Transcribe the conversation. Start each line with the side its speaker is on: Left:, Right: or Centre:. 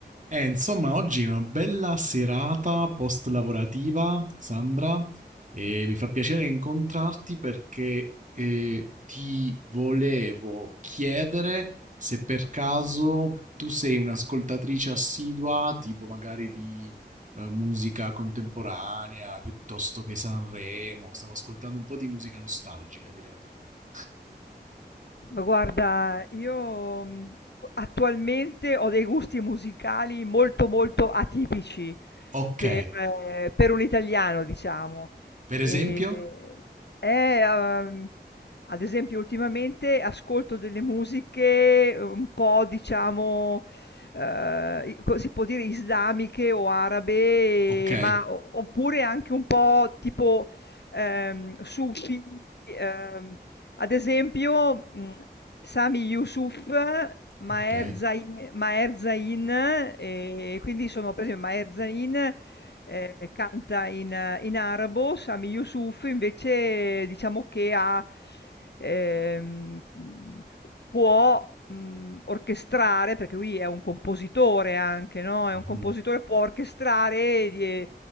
Right: Eh, insomma, oggi è una bella serata post-lavorativa, Sandra, e mi fa piacere incontrarti perché eh, ti volevo chiedere se per caso tu sei un'ascoltatrice assidua, tipo magari di eh, musica contemporanea, piuttosto che Sanremo. Stavo ascoltando un po' di musica nostalgica, a dire la verità io.
Left: Ma guarda, io, mhmm, attualmente ho dei gusti musicali molto, molto atipici
Right: Ok,
Left: per eh, per un italiano, diciamo.
Right: per
Left: Ehm,
Right: esempio?
Left: eh, uhm, ad esempio ultimamente ascolto delle musiche un po' diciamo, uhm, i co si può dire islamiche o arabe,
Right: Ok,
Left: ma o oppure anche un po' tipo, ehm, sufi, uhm ad esempio, mhmm, Sami Yusuf, Maher
Right: ok,
Left: Zain Maher Zain, ehm, quindi sono per esempio Maher Zain, ehm, canta in in arabo, Sami Yusuf invece diciamo che ha ehm, mhmm, può, mhmm, orchestrare, perché lui è un compositore anche, no,
Right: mhm,
Left: è un compositore, può orchestrare di ehm,